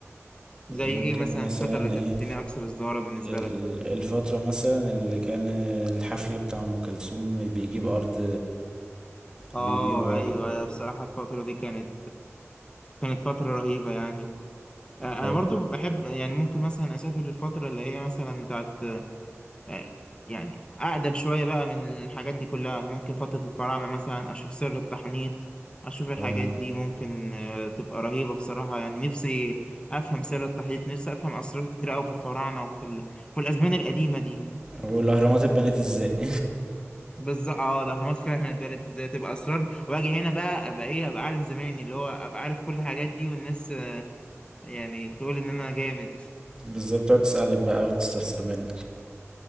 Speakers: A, on the left; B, on the right.
A: زي
B: ممكن
A: ايه مثلا
B: مثلا
A: الفترة اللي كانت
B: ايه
A: الدنيا اكثر ازدهارا بالنسبة
B: ال-
A: لك
B: الفترة مثلا اللي كان الحفل بتاع ام كلثوم بيجيب ارض
A: اه
B: بيجيب ارض
A: ايوه انا بصراحة الفترة دي كانت كانت فترة رهيبة يعني آه، انا
B: اي
A: برضو بحب يعني ممكن مثلا اسافر للفترة اللي هي مثلا بتاعت آه، يعني أقدم شوية بقى من الحاجات دي كلها ممكن فترة الفراعنة مثلا أشوف سر التحنيط أشوف الحاجات
B: آه.
A: دي ممكن آه، تبقى رهيبة بصراحة يعني نفسي أفهم سر التحنيط نفسي أفهم أسرار كتير أوي في الفراعنة وفي ال... في الأزمان القديمة دي
B: والاهرامات اتبنت ازاي <laughs>
A: بالظبط اه الأهرامات فعلا اتدارت ازاي تبقى أسرار وأجي هنا بقى أبقى إيه أبقى عالم زماني اللي هو أبقى عارف كل الحاجات دي والناس آه، يعني تقول إن أنا جامد
B: بالظبط تقعد تسألك بقى وتستفسر منه